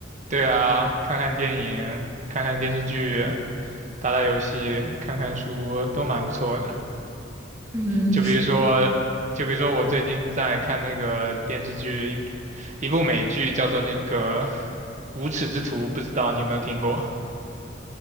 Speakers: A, on the right; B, on the right.
A: 对啊，看看电影，看看电视剧，打打游戏，看看书，都蛮不错的。
B: 嗯，
A: 就比如说，
B: 是的。
A: 就比如说我最近在看那个电视剧，一一部美剧叫做那个《无耻之徒》，不知道你有没有听过？<laughs>